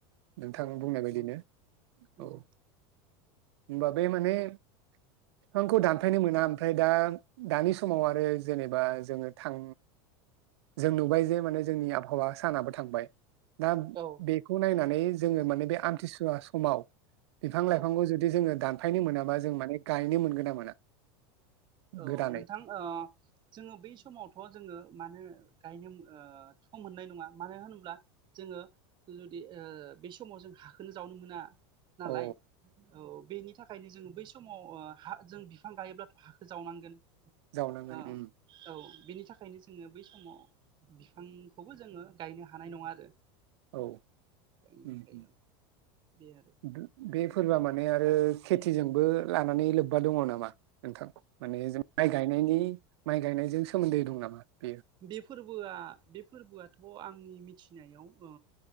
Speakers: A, on the right; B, on the right.
A: नोंथां
B: औ
A: बुंनाय बायदिनो
B: नंगौ नंगौ
A: औ होमबा बे माने बिफांखौ दानफायनो मोना ओमफ्राय दा दानि समाव आरो जेनेबा जोङो थां जों नुबाय जे माने जोंनि आबहावा सानाबो थांबाय। दा
B: औ
A: बेखौ नायना नै जोङो माने बे आमथिसुवा समाव बिफां
B: औ
A: लाइफांखौ जुदि जोङो दानफायनो मोनाबा जों माने गायनो मोन मोना मोना
B: औ
A: गोदानै
B: नोंथां ओ जोङो बै समावथ' जोङो मानो गायनो ओ थ' मोननाय नङा मानो होनोब्ला जोङो जुदि ओ बे समाव जों हाखोनो जावनो मोना। नालाय
A: औ
B: औ बेनि थाखायनो जोङो बैस समाव ओ हा जों बिफां गायोब्लाथ' हा जावनांगोन।
A: जावनांगोन
B: ओ
A: उम
B: औ बेनि थाखायनो जों जोङो बै समाव बिफांखौबो जोङो गायनो हानाय नङा आरो
A: औ उम
B: गायनो थाखाय
A: उम
B: औ बे आरो
A: गो बे फोरबोआ मान ने आरो खेथिजोंबो लानानै लोब्बा दङ नामा नोंथां माने जों माइ गायनायनि माइ गायनायजों सोमोन्दै दं नामा बेयो
B: बे फोरबोआ बे फोरबोआथ आंनि मिथिनायाव ओ